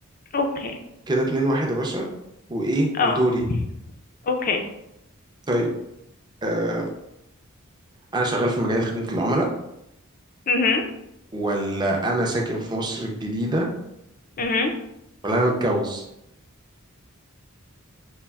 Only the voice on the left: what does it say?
اوكي
اه
اوكي
اها
اها